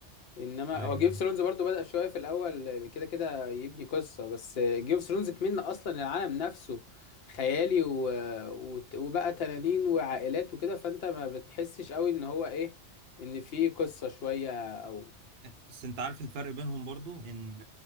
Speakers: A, on the left; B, on the right.
A: انما
B: ايوه
A: هو جيم اوف ثرونز برضه بدأ شويه في الاول كده كده يبني قصه بس جيم اوف ثرونز كمان اصلا العالم نفسه خيالي و... وت- وبقى تنانين وعائلات وكده فانت ما بتحسش قوي ان هو ايه ان في قصه شويه او
B: بس انت عارف الفرق بينهم برضو ان